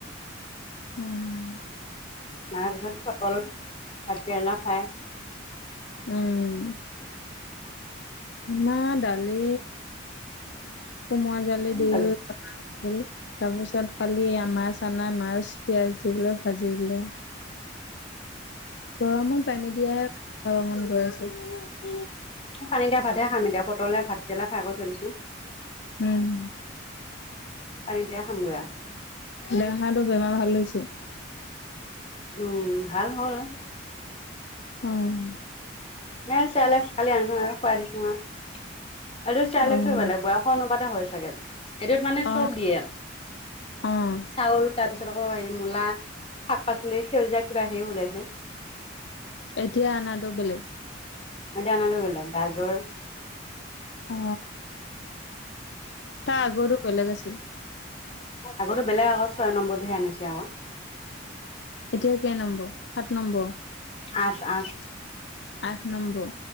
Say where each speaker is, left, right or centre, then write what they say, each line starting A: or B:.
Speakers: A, on the left; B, on the left.
A: উম।
B: তাৰ পিছত পটল, ভাত কেৰেলা ফ্ৰাই।
A: উম। আমাৰ দালি কোমোৰা জালি দি।
B: দালি
A: তাৰপিছত কালি এয়া মাছ আনা মাছ, পিঁয়াজ দি পেলাই ভাজি দিলে। গৰমত পানী দিয়া ভাত খাবলৈ হে মন গৈ আছে।
B: টানি দিয়া ভাতহে খাম এতিয়া পটলে, ভাতকেৰেলাই ফাই কৰি থৈ দিছো।
A: হোম।
B: পানী দিয়া খামগে আৰু
A: দেহাটো বেমাৰ ভাল হৈছে?
B: উম, ভাল হ'ল।
A: ওম।
B: এ চেয়াৰলেক্স কালি আনিছো আৰু খুৱাই দিছো আৰু। খালি চেয়াৰলেক্সটো
A: অ',
B: বেলেগ, বয়সৰ অনুপাতে হৈ চাগে। এইটোত মানে চব
A: অ',
B: দিয়ে।
A: অ',
B: চাউল তাৰপিছত আকৌ এই মূলা, শাক-পাচলি সেউজীয়া কিবা সেৰি ওলাইছে।
A: এতিয়া আনাটো বেলেগ।
B: এতিয়া অনাটো বেলেগ গাজৰ
A: আ, তাৰ আগৰটো বেলেগ আছিল।
B: আগৰটো বেলেগ আকো, ছয় নম্বৰটোহে আনিছে আকৌ।
A: এতিয়া কেই নম্বৰ, সাত নম্বৰ।
B: আঠ-আঠ।
A: আঠ নম্বৰ,